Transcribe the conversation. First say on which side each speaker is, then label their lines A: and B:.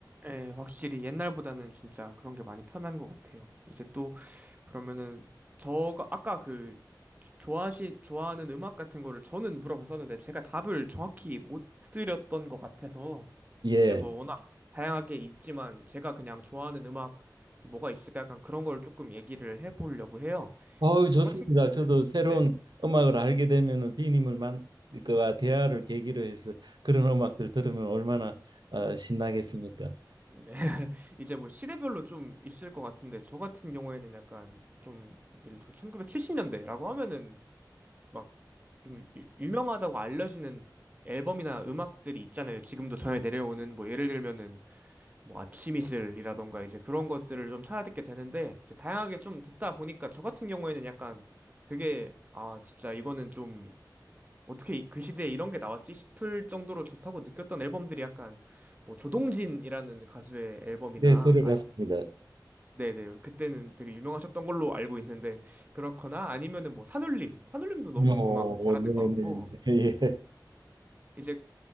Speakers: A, on the right; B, on the right.
A: 예, 확실히 옛날보다는 진짜 그런 게 많이 편한 것 같아요. 이제 또 그러면은 저가 아까 그 좋아하시 좋아하는 음악 같은 거를 저는 물어봤었는데 제가 답을 정확히 못 드렸던 것 같아서
B: 예.
A: 이제 뭐 워낙 다양하게 있지만 제가 그냥 좋아하는 음악 이 뭐가 있을까 약간 그런 걸 조금 얘기를 해보려고 해요.
B: 아우
A: 이제
B: 좋습니다.
A: 저 같은
B: 저도
A: 경우에는
B: 새로운
A: 네.
B: 음악을 알게 되면은 비님을 만 그와 대화를 계기로 해서 그런 음악들 들으면 얼마나 어, 신나겠습니까?
A: 네. 이제 뭐 시대별로 좀 있을 것 같은데 저 같은 경우에는 약간 좀 예를 들어 1970년대라고 하면은 막 좀 유명하다고 알려지는 앨범이나 음악들이 있잖아요. 지금도 전해 내려오는 뭐 예를 들면은 뭐 아침이슬이라던가 이제 그런 것들을 좀 찾아 듣게 되는데 이제 다양하게 좀 듣다 보니까 저 같은 경우에는 약간 되게 아 진짜 이거는 좀 어떻게 이- 그 시대에 이런 게 나왔지 싶을 정도로 좋다고 느꼈던 앨범들이 약간 뭐 조동진이라는 가수의 앨범이나
B: 네, 들어봤습니다.
A: 네네. 그때는 되게 유명하셨던 걸로 알고 있는데, 그렇거나 아니면은 뭐 산울림. 산울림도 너무
B: 어,
A: 음악 잘하는
B: 네네네.
A: 것 같고,
B: <laughs> 예.
A: 이제